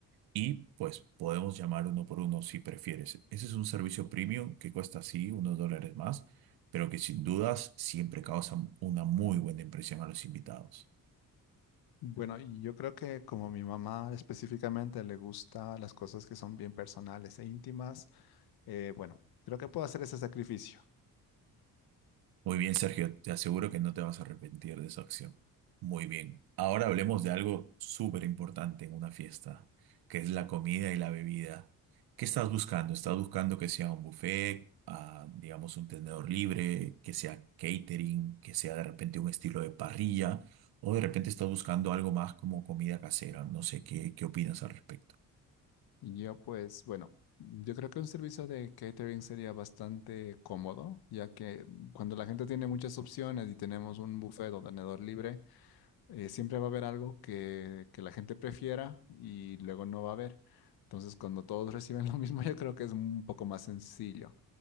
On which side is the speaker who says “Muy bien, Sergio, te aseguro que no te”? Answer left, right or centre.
Right